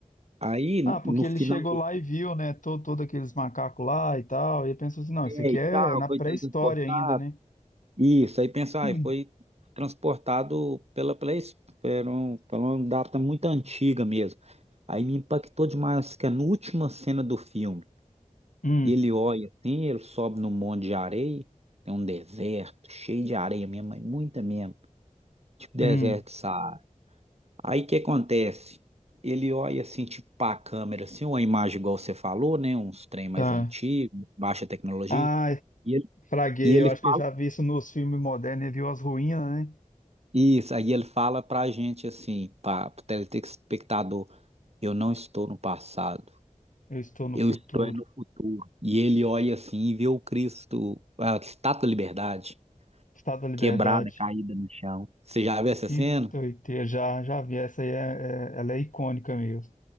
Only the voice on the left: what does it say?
Ah, porque
ele
chegou
lá e viu, né, todo, todo aqueles macacos lá e tal, e ele pensou assim, não, isso
aqui
é
na
pré-história
ainda, né?
<clears throat>
Hum,
hum, hum,
tá.
Ai,
fraguei,
eu acho
que eu já vi isso nos filmes modernos, ele viu as ruínas, né?
Eu estou no
futuro,
Estado da Liberdade,
que
doideira, já, já vi, essa aí é, é- ela é icônica mesmo,